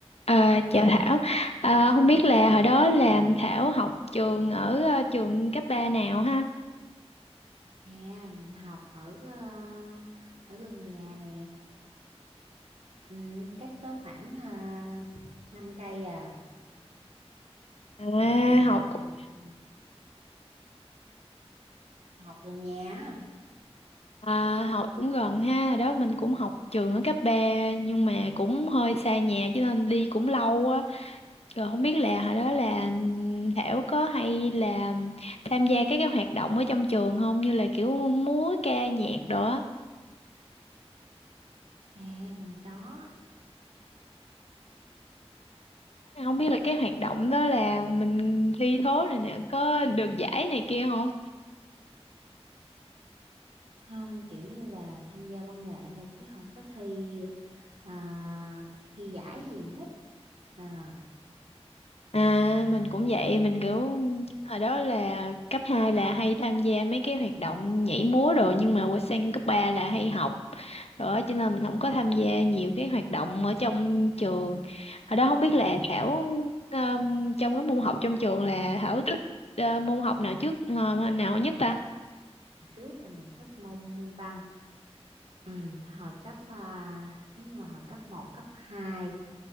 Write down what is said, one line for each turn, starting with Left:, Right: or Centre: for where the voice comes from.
Left: À, chào Thảo, à, không biết là hồi đó là Thảo học trường ở ờ, trường cấp 3 nào ha?
Right: À, mình học ở ờ, ở gần nhà nè. Ừ, cách có khoảng uh, 5 cây à,
Left: À,
Right: kiểu như
Left: học
Right: là
Left: cũng-
Right: ừ, học gần nhà. á.
Left: à, học cũng gần ha, Hồi đó mình cũng học trường ở cấp 3 nhưng mà cũng hơi xa nhà cho nên đi cũng lâu á. Rồi không biết là hồi đó là ừm, Thảo có hay là tham gia các cái hoạt động ở trong trường không như là kiểu múa ca nhạc đồ á.
Right: À, mình có
Left: Không biết là cái hoạt động đó là mình thi thố này nè có được giải này kia không?
Right: không kiểu như là tham gia văn nghệ thôi chứ không có thi ờ, thi giải hay gì hết. À,
Left: À, mình cũng vậy, mình kiểu hồi đó là cấp 2 là hay tham gia mấy cái hoạt động nhảy múa rồi nhưng mà qua sang cấp 3 là hay học. rồi cho nên mình không có tham gia nhiều cái hoạt động ở trong trường. Hồi đó không biết là Thảo ờ, trong cái môn học trong trường là Thảo thích ờ, môn học nào trước ờ, nào nhất ta?
Right: hồi trước là mình thích môn môn văn Ừ, hồi cấp à, nếu như mà hồi cấp một cấp 2